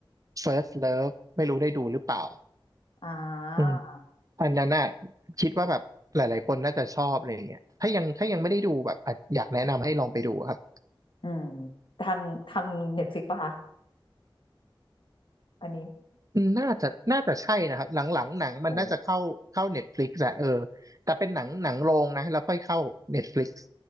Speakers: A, on the right; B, on the left.
A: First Love ไม่รู้ได้ดูหรือเปล่า
B: อ่า
A: อืมอันนั้นน่ะคิดว่าแบบหลายๆ คนน่าจะชอบอะไรอย่างเงี้ยถ้ายังถ้ายังไม่ได้ดูแบบอ่ะอยากแนะนำให้ลองไปดูครับ
B: อืมทางทางเน็ตฟลิกปะคะ อันนี้
A: อืมน่าจะน่าจะใช่นะครับหลังๆหนังมันน่าจะเข้าเข้าเน็ตฟลิกซ์อะเออ
B: โอ้
A: แต่เป็นหนังหนังโรงนะแล้วค่อยเข้าเน็ตฟลิกซ์